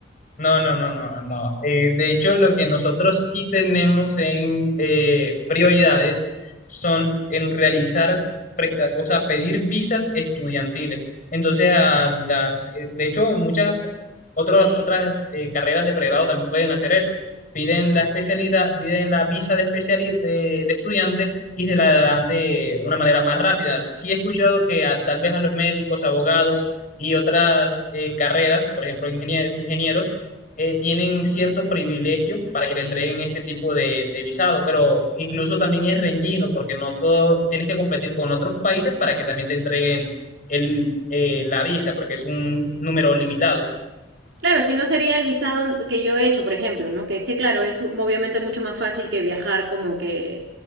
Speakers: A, on the left (about 45°); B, on the right (about 80°).
A: No, no, no, no, no. Eh, de hecho, lo que nosotros sí tenemos en eh, prioridades son en realizar, presta- o sea, pedir visas estudiantiles. Entonces, a las, eh, de hecho, en muchas otras, otras eh, carreras de pregrado también pueden hacer eso. Piden la especialidad, piden la visa de, especiali- de, de estudiante y se la dan de una manera más rápida. Sí he escuchado que a- tal vez a los médicos, abogados y otras eh, carreras, por ejemplo, ingenier- ingenieros, eh, tienen cierto privilegio para que le entreguen ese tipo de, de visado, pero incluso también es reñido porque no todo, tienes que competir con otros países para que también te entreguen el, eh, la visa, porque es un número limitado.
B: Claro, si no sería el visado que yo he hecho, por ejemplo, ¿no? Que, que claro, es u- obviamente mucho más fácil que viajar como que